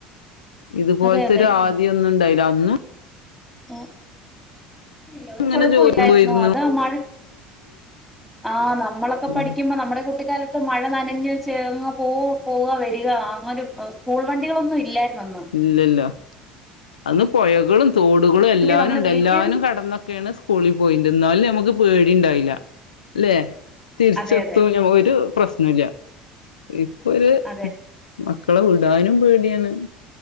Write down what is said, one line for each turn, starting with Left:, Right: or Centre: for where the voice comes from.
Left: ഇതുപോലത്തെ
Centre: അതെ അതെ
Left: ഒരു ആദ്യം ഒന്നും ഇണ്ടായില്ല അന്ന്
Centre: ആ ഇല്ല ഒരു
Left: ഇങ്ങനെ
Centre: കൊഴപ്പ
Left: ജോലിക്ക്
Centre: ഇല്ലായിരുന്നു
Left: പോയിരുന്നു
Centre: അതാ മഴ ആഹ നമ്മളൊക്കെ പഠിക്കുമ്പോ
Left: ഉം
Centre: നമ്മുടെ കുട്ടിക്കാലത്ത് മഴ നനഞ്ഞു ചേർന്ന് പോ പോവ വരിക അങ്ങന സ്കൂൾ വണ്ടികളൊന്നും ഇല്ലായിരു ന്നന്ന്
Left: ഇല്ലല്ലോ അന്ന് പൊഴകളും, തോടുകളും എല്ലാനുംണ്ട്
Centre: നമ്മള് വീട്ടീന്ന്
Left: എല്ലാനും കടന്ന യാൾ സ്കൂളിൽ പോയിണ്ട്, എന്നാലും നമുക്ക് പേടിണ്ടായില്ല അല്ലെ? തിരിച്ചെത്തും
Centre: അതെ അതെ
Left: ഞമ്മൊ ഒരു പ്രശ്നോല്ല. പ്പൊ ഒരു
Centre: അതെ
Left: മക്കളെ താനും പേടിയാണ്